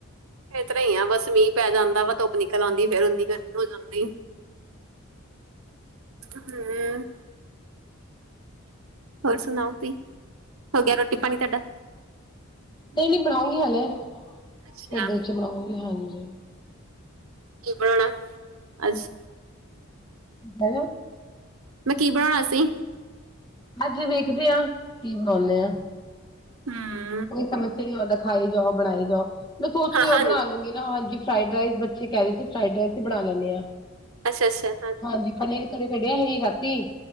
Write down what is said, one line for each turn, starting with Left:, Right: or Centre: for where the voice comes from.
Right: ਇਸ ਤਰਾਂ ਹੀ ਆ ਬਸ ਮੀਂਹ। ਪੈ ਜਾਂਦਾ ਵਾ ਧੁੱਪ ਨਿਕਲ ਆਉਂਦੀ। ਫੇਰ ਓਨੀ ਗਰਮੀ ਹੋ ਜਾਂਦੀ। ਹੂੰ। ਹੋਰ ਸੁਣਾਓ ਤੁਸੀਂ, ਹੋ ਗਿਆ ਰੋਟੀ ਪਾਣੀ ਤੁਹਾਡਾ।
Left: ਨਹੀਂ -ਨਹੀਂ ਬਣਾਉਂਗੀ ਹਲੇ,
Right: ਅੱਛਾ
Left: ਥੋੜੀ ਦੇਰ'ਚ ਬਣਾਉਂਗੀ ਹਾਂਜੀ।
Right: ਕੀ ਬਣਾਉਣਾ ਅੱਜ।
Left: ਹੈਲੋ
Right: ਮੈਂ ਕੀ ਬਣਾਉਣਾ ਅਸੀ
Left: ਅੱਜ ਵੇਖਦੇ ਹਾਂ, ਕੀ ਬਣਾਉਦੇ ਆਂ
Right: ਹਮ
Left: ਕੋਈ ਸਮਝ ਨੀ ਆਉਂਦਾ ਖਾਈ ਜਾਓ ਬਣਾਈ ਜਾਓ ਮੈ ਸੋਚ
Right: ਹਾਂ
Left: ਰਹੀ
Right: ਹਾਂ
Left: ਉਹ ਬਣਾ ਲੂੰਗੀ ਹਾਂਜੀ ਫਰਾਈਡ ਰਾਈਸ ਬੱਚੇ ਕਹਿ ਰਹੇ ਸੀ ਫਰਾਈਡ ਰਾਈਸ ਹੀ ਬਣਾ ਲੈਦੇ ਆ,
Right: ਅੱਛਾ ਅੱਛਾ
Left: ਹਾਂਜੀ ਪਨੀਰ ਘਰੇ ਕੜਿਆ ਸੀ ਰਾਤੀ